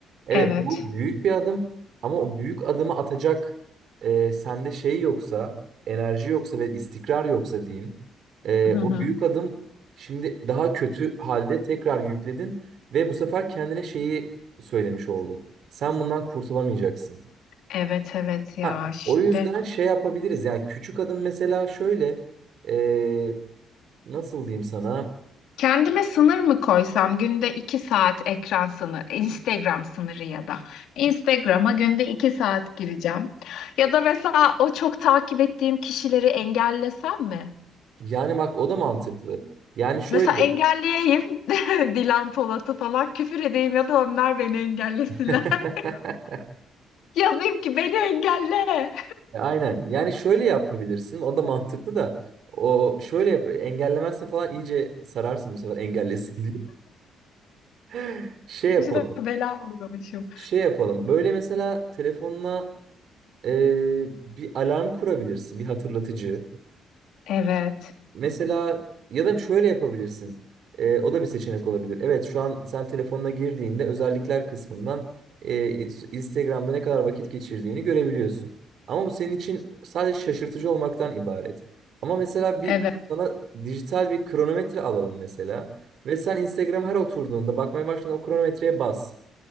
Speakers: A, on the right (about 65°); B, on the left (about 80°).
A: Evet
B: Evet.
A: bu büyük bir adım ama o büyük adımı atacak e, sende şey yoksa, enerji yoksa ve istikrar yoksa diyeyim. e,
B: Hı hı.
A: o büyük adım şimdi daha kötü halde tekrar yükledin ve bu sefer kendine şeyi söylemiş oldun. Sen bundan kurtulamayacaksın.
B: Evet evet ya
A: Ha,
B: işte
A: o yüzden şey yapabiliriz yani küçük adım mesela şöyle e, nasıl diyeyim sana
B: Kendime sınır mı koysam günde 2 saat ekran sınırı, Instagram sınırı ya da Instagram'a günde 2 saat gireceğim. Ya da mesela o çok takip ettiğim kişileri engellesem mi?
A: yani bak o da mantıklı. Yani şöyle
B: Mesela engelleyeyim <laughs> Dilan Polat'ı falan küfür edeyim ya da onlar beni engellesinler.
A: <laughs>
B: <laughs> Yazayım ki beni engelle.
A: E, Aynen. Yani şöyle yapabilirsin. O da mantıklı da. O şöyle yap. Engellemezse falan iyice sararsın bu sefer engellesin diye. <laughs> Şey yapalım.
B: İşte bela oluyormuşum.
A: Şey yapalım. Böyle mesela telefonuna e, bir alarm kurabilirsin. Bir hatırlatıcı.
B: Evet.
A: Mesela ya da şöyle yapabilirsin. Ee, o da bir seçenek olabilir. Evet şu an sen telefonuna girdiğinde özellikler kısmından e, Instagram'da ne kadar vakit geçirdiğini görebiliyorsun. Ama bu senin için sadece şaşırtıcı olmaktan ibaret. Ama mesela bir
B: Evet.
A: sana dijital bir kronometre alalım mesela. Ve sen Instagram'a her oturduğunda bakmaya başladığında o kronometreye bas.